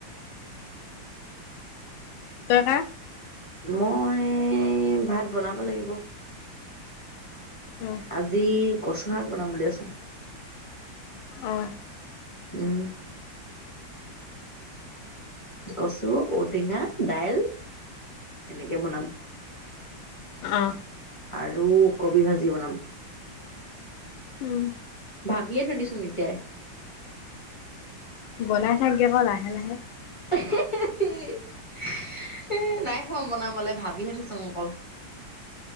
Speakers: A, on the left; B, on the left.
A: তইকা?
B: মই ভাত বনাব লাগিব।
A: অ
B: আজি কচু শাক বনাম বুলি ভাবিচুং।
A: অহ।
B: উম, কচু, ঔটেঙা, দাইল এনেকে বনাম।
A: অহ।
B: আৰু কবি ভাজি বনাম।
A: উম।
B: ভাবিয়ে থই দিচুং এতিয়াই।
A: বনাই থাকগে ক লাহে লাহে।
B: <unintelligible> এ নাই খোৱা বনাবালে ভাবিহে থৈছুং অকল।